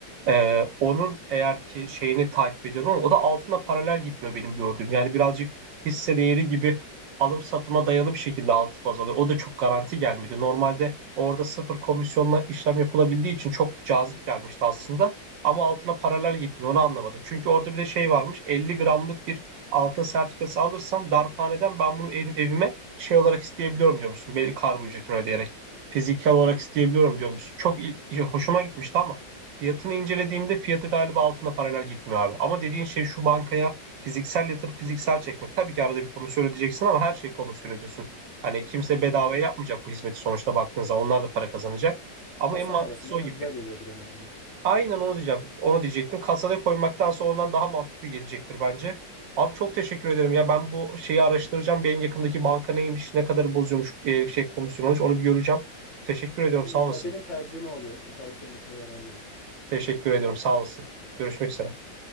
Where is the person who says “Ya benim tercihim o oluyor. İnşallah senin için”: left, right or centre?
Left